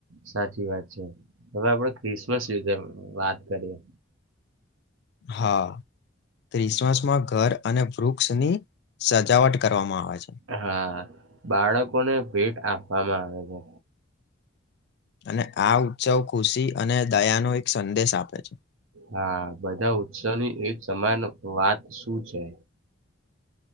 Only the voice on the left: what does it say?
હા ક્રિસમસમાં ઘર અને વૃક્ષની સજાવટ કરવામાં આવે છે.
અને આ ઉત્સવ ખુશી અને દયાનો એક સંદેશ આપે છે.